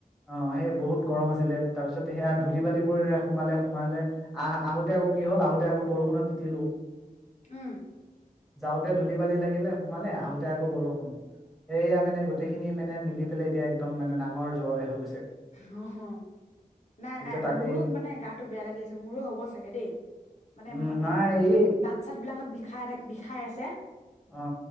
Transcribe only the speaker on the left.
উম
উম,
অ নাই
-নাই।
মোৰো মানে গাটো বেয়া লাগি আছে। মোৰো হ'ব চাগে দেই মানে
এ
দাঁত চাত বিলাকত বিষ খাই থা- বিষাই আছে।